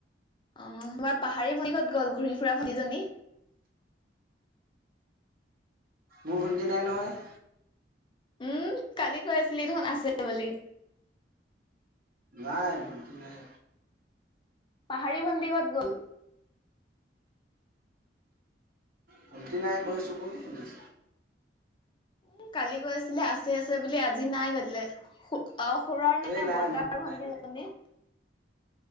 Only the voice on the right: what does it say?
মোৰ ভণ্টি নাই নহয়।
নাই ভণ্টি নাই।
ভণ্টি নাই কৈছোঁ ক'ত শুনিছ।
এই নাই
ভণ্টি
নাই।